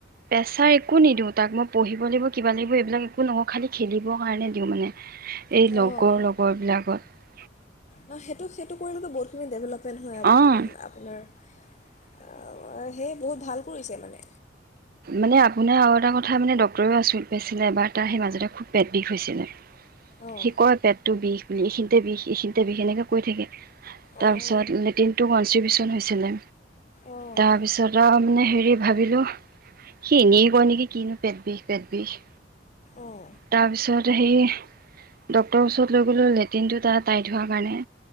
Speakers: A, on the right; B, on the left.
A: পেছা একো নিদিও তাক মই পঢ়িব লাগিব কিবা লাগিব এইবিলাক একো নকওঁ, খালি খেলিবৰ কাৰণে দিওঁ মানে। এই
B: অঁ
A: লগৰ লগৰ বিলাকত
B: ন সেইটো- সেইটো কৰিলেটো বহুত খিনি দেভেলপ নহয়
A: অঁ
B: আপোনাৰ আ, সেই বহুত ভাল কৰিছে মানে
A: মানে আপোনাৰ আৰু এটা ক কথা মানে ডক্টৰেও আচৰিত পাইছিলে, এবাৰ তাৰ সেই মাজতে খুব পেট বিষ হৈছিলে।
B: অঁ
A: সি কয় পেটটো বিষ এই খিনিতে বিষ এই সিনিতে বিষ এনেকে কৈ থাকে। তাৰপিছত
B: অঁ
A: লেটিনটো কনষ্ট্ৰিবউচন হৈছিলে,
B: অঁ
A: তাৰপিছত তাৰমানে হেৰি ভাল ভাবিলো, সি ইনেই কয় নেকি, কিনো পেট বিষ-পেট বিষ।
B: অঁ
A: তাৰপিছত সেই ডক্টৰৰ ওচৰত লৈ গ'লো, লেট্ৰিনটো তাৰ টাইত হোৱাৰ কাৰণে।